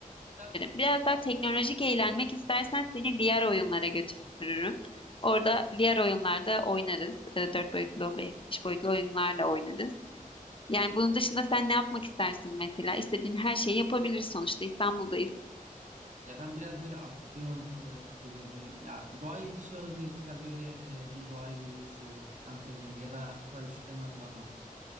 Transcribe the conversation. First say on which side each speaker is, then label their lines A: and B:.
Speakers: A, on the right; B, on the left.
A: Kitap kokulu.
B: Biraz daha teknolojik eğlenmek istersen seni VR oyunlara götürürüm. Orada VR oyunlarda oynarız. E, Dört boyutlu, beş boyutlu oyunlarla oynarız. Yani bunun dışında sen ne yapmak istersin mesela? İstediğin her şeyi yapabiliriz sonuçta İstanbul'dayız.
A: Ya ben biraz böyle aksiyon e, seviyorum. Böyle, ya, doğaya geçişi olabilir mesela böyle e, bir doğa yürüyüşü anlatabiliyor muyum? Ya da paraşütten atlama.